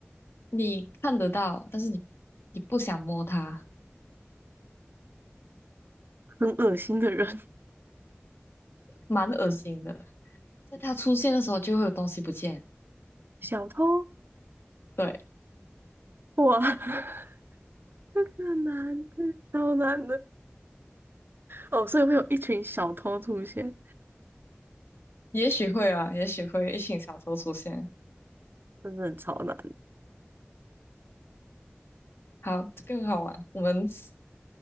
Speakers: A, on the left (about 60°); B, on the right (about 55°).
A: 你看得到，但是你你不想摸他，
B: 很恶心的人，
A: 蛮恶心的。在他出现的时候就会有东西不见。
B: 小偷，
A: 对。
B: 哇，<laughs> 这个男的好超难的哦，所以会有一群小偷出现，
A: 也许会啊，也许会一群小偷出现。
B: 真的很超难。
A: 好，这更好玩，我们下